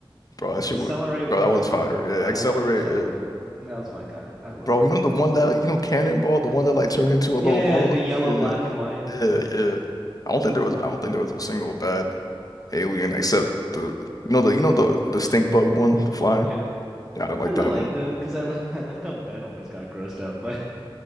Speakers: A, on the left; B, in the centre.
A: bro. That shit
B: Accelerate
A: was, bro,
B: was
A: that
B: my
A: was
B: goat,
A: fire.
B: bro.
A: Yeah,
B: I
A: Accelerate,
B: loved Accelerate.
A: yeah.
B: That was my guy. I loved
A: bro. You
B: him.
A: know the
B: man.
A: one that, you know, Cannonball, the one that like turned into a
B: Yeah,
A: little ball.
B: yeah. The yellow,
A: Yeah.
B: black, and white.
A: Yeah,
B: Yeah,
A: yeah. I don't think there was I don't think there was a single bad alien except the you know the you know the the stink bug one, the fly.
B: yeah.
A: Yeah, I didn't like
B: Kind
A: that
B: of liked
A: one.
B: him because I li <laughs> I liked how Ben always got grossed up. But